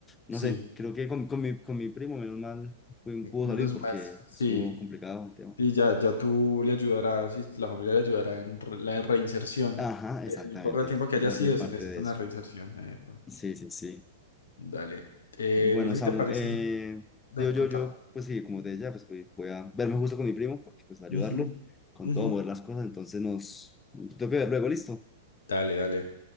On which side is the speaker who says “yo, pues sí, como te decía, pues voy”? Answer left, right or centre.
Left